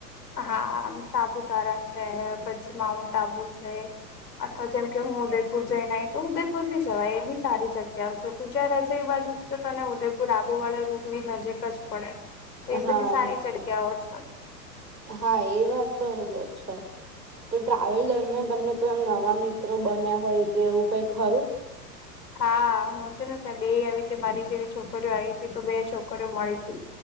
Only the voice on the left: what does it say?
હા સાપુતારા છે પછી માઉન્ટ આબુ છે. અથવા જેમ કે હું ઉદયપુર જઈને તો ઉદયપુર ી જવાય એ બી સારી જગ્યા. કે છો તું જ્યાં રહેશે એ બાજુ છે તો તને ઉદયપુર આબુવાળા રૂટ બી નજીક જ પડે. તો એ
બધી સારી જગ્યાઓ છે.
હા હું છું ને ત્યાં બે આવી ત મારી જેવી છોકરીઓ આવી હતી તો બે છોકરીઓ મળી હતી.